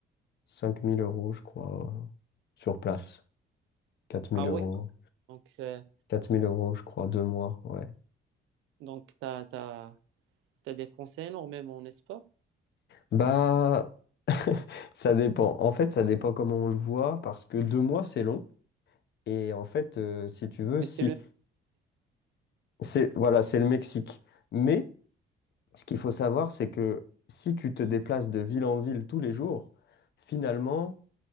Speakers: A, on the left (about 60°); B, on the right (about 85°).
A: 5000 euros, je crois, euh, sur place. quatre mille
B: Ah
A: euros.
B: ouais, com- donc, euh,
A: quatre mille euros, je crois, deux mois, ouais.
B: donc tu as, dépensé énormément, n'est-ce pas?
A: Bah, Ça dépend. En fait, ça dépend comment on le voit, parce que deux mois, c'est long. Et en fait, euh, si tu veux,
B: Mais
A: si
B: c'est le...
A: c'est voilà, c'est le Mexique. Mais ce qu'il faut savoir, c'est que si tu te déplaces de ville en ville tous les jours, finalement,